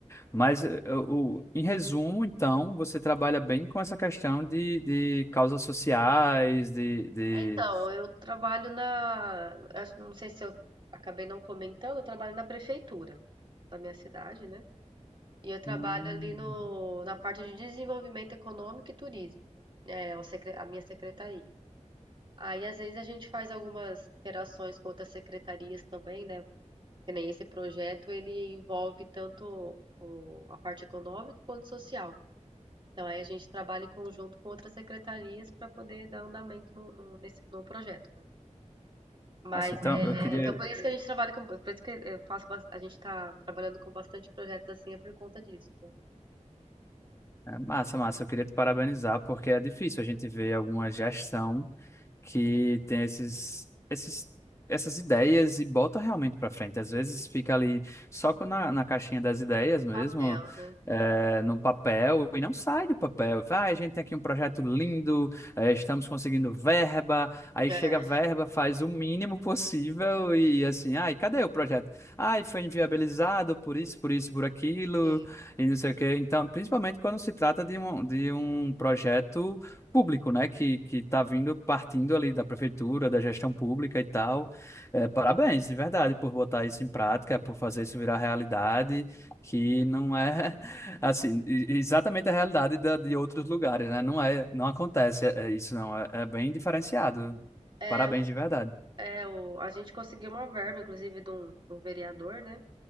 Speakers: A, on the left; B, on the right.
A: Mas eh, o, o- em resumo, então, você trabalha bem com essa questão de, de causas sociais, de, de...
B: É, então, eu trabalho na. acho- Não sei se eu acabei não comentando, eu trabalho na prefeitura da minha cidade, né? E eu trabalho
A: Hum.
B: ali no, na parte de desenvolvimento econômico e turismo, né? é o secre- a minha secretaria. Aí, às vezes, a gente faz algumas interações com outras secretarias também, né? Que nem esse projeto, ele envolve tanto o- a parte econômica quanto social. Então, aí a gente trabalha em conjunto com outras secretarias para poder dar andamento no, no, nesse, no projeto, né? Mas
A: Nossa, então
B: é,
A: eu queria.
B: é, então por isso que a gente trabalha com, por isso que eu faço, bas- a gente tá trabalhando com bastante projetos assim é por conta disso, né?
A: É, massa, massa. Eu queria te parabenizar, porque é difícil a gente ver alguma gestão que tem esses, esses, essas ideias e bota realmente para frente. Às vezes fica ali só com- na, na caixinha das ideias mesmo,
B: Papel, né?
A: é, no papel, e não sai do papel. Vai, "Ah, a gente tem aqui um projeto lindo, é, estamos conseguindo verba, aí
B: É,
A: chega a verba, faz o mínimo possível e assim, ai, cadê o projeto? Ai, foi inviabilizado por isso, por isso, por aquilo
B: sim,
A: e não sei o quê. Então, principalmente quando se trata de um, de um projeto público, né, que que está vindo partindo ali da prefeitura, da gestão pública e tal. É, parabéns,
B: sim.
A: de verdade, por botar isso em prática, por fazer isso virar realidade, que não é <laughs> assim e- exatamente a realidade da, de outros lugares, né? Não é, não acontece é, é isso, não. É, é bem diferenciado.
B: É,
A: Parabéns,
B: o,
A: de verdade.
B: é o, a gente conseguiu uma verba, inclusive, de um, um vereador, né?